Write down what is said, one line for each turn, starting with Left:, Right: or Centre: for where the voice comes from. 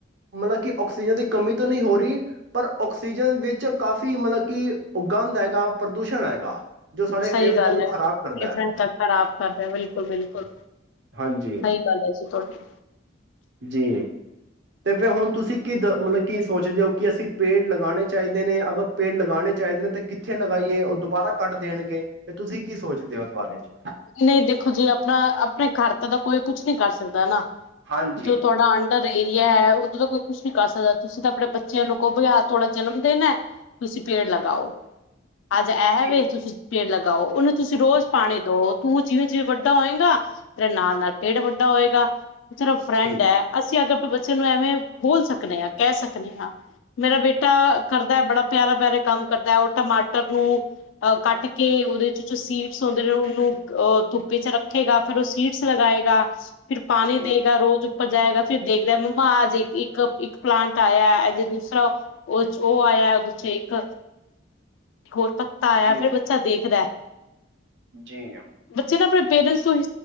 Right: ਮਤਲਬ ਕਿ ਆਕਸੀਜਨ ਦੀ ਕਮੀ ਤੋਂ ਨਹੀਂ ਹੋ ਰਹੀ ਪਰ ਆਕਸੀਜਨ ਵਿੱਚ ਕਾਫ਼ੀ ਮਤਲਬ ਕਿ ਉਗੰਧ ਹੈਗਾ ਪ੍ਰਦੂਸ਼ਣ ਹੈਗਾ ਜੋ ਸਾਡੇ
Left: ਸਹੀ
Right: ਫੇਫੜਿਆਂ
Left: ਗੱਲ
Right: ਨੂੰ
Left: ਹੈ
Right: ਖ਼ਰਾਬ ਕਰਦਾ
Left: ਤ ਖਰਾਬ ਕਰ ਰਿਹਾ ਬਿਲਕੁਲ ਬਿਲਕੁਲ
Right: ਹਾਂਜੀ
Left: ਸਹੀ ਗੱਲ ਹੈ ਜੀ ਤੁਹਾਡੀ
Right: ਜੀ ਤੇ ਫਿਰ ਹੁਣ ਤੁਸੀਂ ਕੀ ਦ ਮਤਲਬ ਕੀ ਸੋਚਦੇ ਹੋ ਕਿ ਅਸੀਂ ਪੇੜ ਲਗਾਉਣੇ ਚਾਹੀਦੇ ਨੇ ਅਗਰ ਪੇੜ ਲਗਾਉਣੇ ਚਾਹੀਦੇ ਨੇ ਤਾਂ ਕਿੱਥੇ ਲਗਾਈਏ ਉਹ ਦੁਬਾਰਾ ਕੱਟ ਦੇਣਗੇ ਫ ਤੁਸੀਂ ਕੀ ਸੋਚਦੇ ਹੋ ਇਸ ਬਾਰੇ ਚ
Left: ਨਹੀਂ ਦੇਖੋ ਜੀ ਆਪਣਾ ਆਪਣੇ ਘਰ ਤ ਤਾਂ ਕੋਈ ਕੁਛ ਨੀ ਕਰ ਸਕਦਾ ਹੈ ਨਾ
Right: ਹਾਂਜੀ
Left: ਜੋ ਤੁਹਾਡਾ <unintelligible> ਏਰੀਆ ਹੈ ਉਦੋਂ ਤਾਂ ਕੋਈ ਕੁਛ ਨੀ ਕਰ ਸਕਦਾ ਤੁਸੀਂ ਤਾਂ ਆਪਣੇ ਬੱਚਿਆਂ ਨੂੰ ਕਹੋ ਤੁਹਾਡਾ ਜਨਮ ਦਿਨ ਹੈ ਤੁਸੀਂ ਪੇੜ ਲਗਾਓ ਅੱਜ ਐ
Right: ਜੀ
Left: ਵੇ ਤੁਸੀਂ ਪੇੜ ਲਗਾਓ ਉਹਨੂੰ ਤੁਸੀਂ ਰੋਜ਼ ਪਾਣੀ ਦਓ ਤੂੰ ਜਿਵੇਂ ਜਿਵੇਂ ਵੱਡਾ ਹੋਏਗਾ ਤੇਰੇ ਨਾਲ ਨਾਲ ਪੇੜ ਵੱਡਾ ਹੋਏਗਾ ਤੇਰਾ ਫਰੈਂਡ
Right: ਜੀ
Left: ਹੈ ਅਸੀਂ ਅਗ ਬੱਚੇ ਨੂੰ ਐਵੇਂ ਬੋਲ ਸਕਦੇ ਆ ਕਹਿ ਸਕਦੇ ਹਾਂ ਮੇਰਾ ਬੇਟਾ ਕਰਦਾ ਬੜਾ ਪਿਆਰਾ ਪਿਆਰੇ ਕੰਮ ਕਰਦਾ ਉਹ ਟਮਾਟਰ ਨੂੰ ਅਹ ਕੱਟ ਕੇ ਉਹਦੇ ਚ ਜੋ ਸੀਡਸ ਆਉਦੇ ਨੇ ਉਹਨੂੰ ਉਹ ਧੁੱਪੀ ਚ ਰੱਖੇਗਾ ਫੇਿਰ ਉਹ ਸੀਡਸ ਲਗਾਏਗਾ ਫਿਰ ਪਾਣੀ
Right: ਜੀ,
Left: ਦੇਗਾ ਰੋਜ਼ ਪਰ ਜਾਏਗਾ ਫਰ ਦੇਖਦਾ ਮੰਮਾ ਅੱਜ ਇੱਕ ਇੱਕ ਪਲਾਂਟ ਆਇਆ ਅਜ ਦੂਸਰਾ ਉਹ ਆਇਆ ਉਹਦੇ ਚ ਇੱਕ ਇੱਕ ਹੋਰ ਪਤਾ ਆਇਆ
Right: ਜੀ,
Left: ਫੇਿਰ ਬੱਚਾ ਦੇਖਦਾ
Right: ਜੀ ਹ
Left: ਬੱਚੇ ਨਾ ਆਪਣੇ ਪੇਰੈਂਟਸ ਤੋਂ ਹੀ